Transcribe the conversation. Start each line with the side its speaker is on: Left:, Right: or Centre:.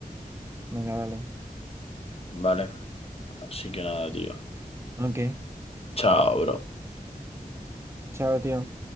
Right: venga, vale.
Left: Vale. Así que nada, tío.
Right: Ok,
Left: Chao, bro.
Right: chao, tío.